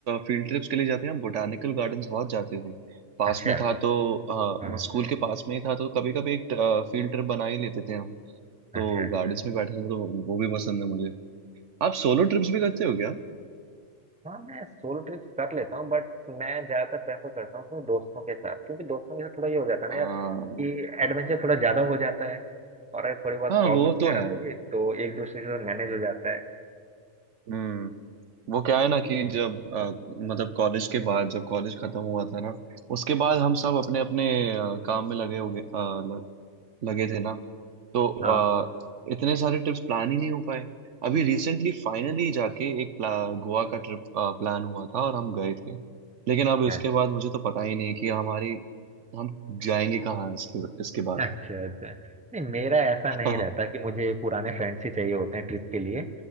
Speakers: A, on the right; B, in the centre.
A: फील्ड ट्रिप्स के लिए जाते हैं हम बोटानिकल गार्डन्स बहुत जाते थे पास
B: अच्छा
A: में था तो अ,
B: हाँ
A: स्कूल के पास में ही था तो कभी कभी एक फील्ड ट्रिप बना ही लेते थे हम तो
B: अच्छा अच्छा
A: गार्डन्स में बैठना तो वो भी पसंद है मुझे आप सोलो ट्रिप्स भी करते हो क्या
B: हाँ मैं सोलो ट्रिप कर लेता हूँ बट मैं ज्यादातर प्रेफर करता हूँ अपने दोस्तों के साथ क्योंकि दोस्तों के साथ थोड़ा ये हो जाता है ना
A: हाँ
B: यार कि एडवेंचर थोड़ा ज्यादा हो जाता है और अगर थोड़ी बहुत
A: हाँ
B: प्रॉब्लम
A: वो
B: वगैरह
A: तो है
B: होगी तो एक दूसरे से मैनेज हो जाता है
A: हम्म वो क्या है ना कि जब अ, मतलब कॉलेज के बाद जब कॉलेज खत्म हुआ था ना उसके बाद हम सब अपने अपने अ, काम में लगे हो गए लगे थे ना तो अ,
B: हाँ
A: इतने सारे ट्रिप्स प्लान ही नहीं हो पाए अभी रिसेंटली फाइनली जाके एक प्ला, गोवा का ट्रिप प्लान हुआ था और हम गए थे लेकिन अब उसके
B: अच्छा
A: बाद मुझे तो पता ही नहीं कि हमारी हम जाएंगे कहाँ इसके इसके बाद
B: अच्छा अच्छा अच्छा। नहीं मेरा ऐसा
A: <laughs>
B: नहीं रहता कि मुझे पुराने फ्रेंड्स ही चाहिए होते हैं ट्रिप के लिए